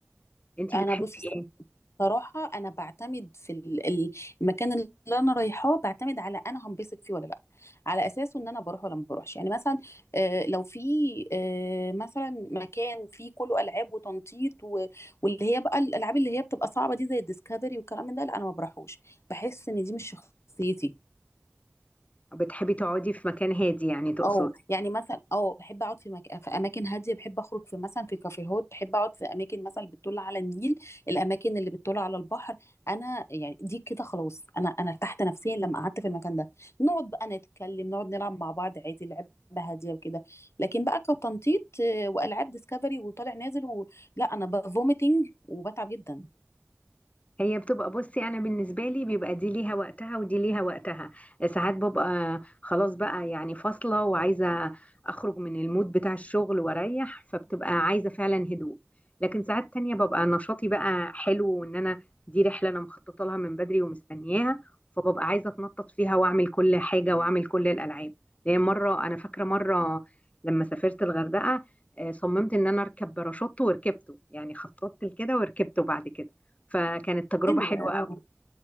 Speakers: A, on the left; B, on the left.
A: انت
B: انا
A: بتحبي
B: بص
A: ايه
B: صراحه انا بعتمد في ال- ال- المكان اللي انا رايحاه بعتمد على انا هنبسط فيه ولا لا على اساسه ان انا بروح ولا ما بروحش يعني مثلا آه، لو في آه، مثلا مكان فيه كله العاب وتنطيط و- واللي هي بقى الالعاب اللي هي بتبقى صعبه دي زي الديسكفري والكلام من ده لا انا ما بروحوش بحس ان دي مش شخصيتي
A: بتحبي تقعدي في مكان هادي يعني تقصدي
B: اه يعني مثلا اه بحب اقعد في مك... في اماكن هاديه بحب اخرج في مثلا في كافيهات بحب اقعد في اماكن مثلا اللي بتطل على النيل الاماكن اللي بتطل على البحر انا يعني دي كده خلاص انا انا ارتحت نفسيا لما قعدت في المكان ده نقعد بقى نتكلم نقعد نلعب مع بعض عادي لعبه هاديه وكده لكن بقى كتنطيط آه، والعاب ديسكفري وطالع نازل و... لا انا بفوميتنج وبتعب جدا
A: هي بتبقى بصي انا بالنسبه لي بيبقى دي ليها وقتها ودي ليها وقتها ساعات ببقى خلاص بقى يعني فاصله وعايزه اخرج من المود بتاع الشغل واريح فبتبقى عايزه فعلا هدوء لكن ساعات تانية ببقى نشاطي بقى حلو وان انا دي رحله انا مخططه لها من بدري ومستنياها فببقى عايزه اتنطط فيها واعمل كل حاجه واعمل كل الالعاب يعني مره انا فاكره مره لما سافرت الغردقه آه، صممت ان انا اركب باراشوت وركبته يعني خططت لكده وركبته بعد كده فكانت تجربة
B: حلو
A: حلوة
B: اه
A: قوي